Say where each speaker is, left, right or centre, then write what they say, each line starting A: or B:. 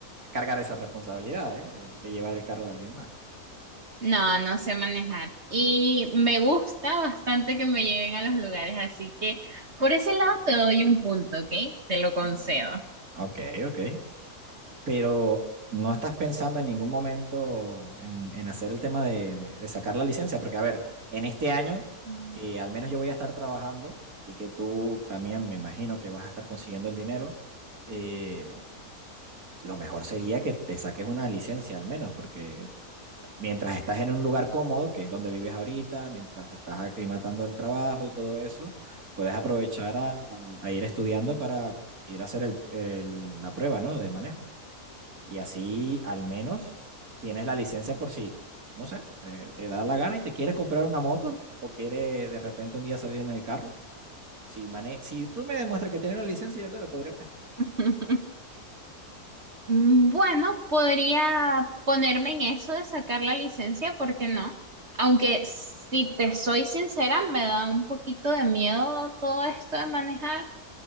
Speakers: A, on the right; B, on the right.
A: cargar esa responsabilidad, ¿eh? de, de llevar el carro de alguien más.
B: No, no sé manejar. Y me gusta bastante que me lleven a los lugares, así que por ese lado te doy un punto, ¿ok? Te lo concedo.
A: Mm, Ok, ok. Pero no estás pensando en ningún momento en, en hacer el tema de, de- de sacar la licencia, porque a ver, en este año,
B: Mm.
A: que al menos yo voy a estar trabajando y que tú también me imagino que vas a estar consiguiendo el dinero, eh, lo mejor sería que te saques una licencia al menos, porque mientras estás en un lugar cómodo, que es donde vives ahorita, mientras te estás aclimatando al trabajo y todo eso, puedes aprovechar a, a ir estudiando para ir a hacer el- el- la prueba, ¿no? De manejo. Y así al menos tienes la licencia por si, no sé, te, te da la gana y te quieres comprar una moto o quieres de repente un día salir en el carro. Si, mane si tú me demuestras que tienes la licencia, yo te la podría prestar.
B: <laughs> Mm, Bueno, podría ponerme en eso de sacar la licencia, ¿por qué no? Aunque si te soy sincera, me da un poquito de miedo todo esto de manejar.